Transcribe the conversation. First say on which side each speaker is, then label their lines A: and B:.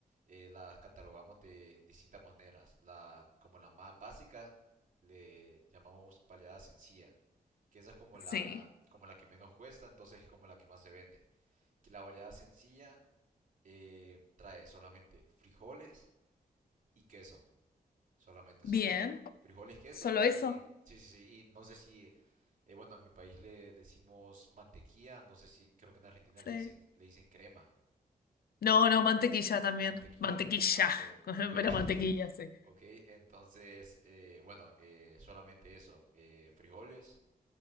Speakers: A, on the right (about 60°); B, on the left (about 80°).
A: eh, las catalogamos de distintas maneras. La, como la más básica le llamamos paleada sencilla, que esa es como la,
B: Sí.
A: como la que menos cuesta, entonces es como la que más se vende. Que la paleada sencilla eh, trae solamente frijoles y queso. Solamente
B: Bien.
A: esos dos. Frijoles, queso
B: ¿Solo
A: y...
B: eso?
A: Sí, sí, sí. Y no sé si... eh, bueno, en mi país le decimos mantequilla. No sé si... Creo que en Argentina le
B: Sí.
A: dicen, le dicen crema.
B: No, no, mantequilla también.
A: Mantequilla
B: Mantequilla.
A: también. Ah, ok,
B: <laughs>
A: ok.
B: Pero
A: <laughs>
B: mantequilla, sí.
A: Ok, entonces... eh, bueno, eh, solamente eso. eh, frijoles,